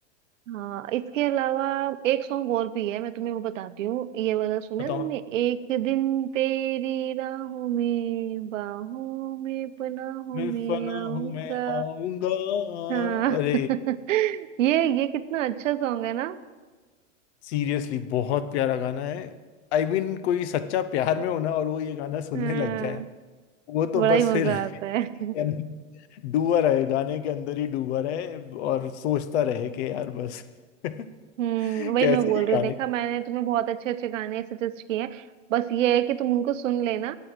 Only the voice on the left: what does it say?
बताओ
मैं
फना
हूँ मैं आऊंगा
अरे
सीरियसली बहुत प्यारा गाना है आई I मीन mean, कोई सच्चा प्यार में होना और वो ये गाना सुनने
लग जाए वो तो
बस
फिर
<laughs> डूबा रहे गाने के अंदर ही डूबा रहे और सोचता रहे कि यार बस <laughs>
कैसे
ये
गाने
को।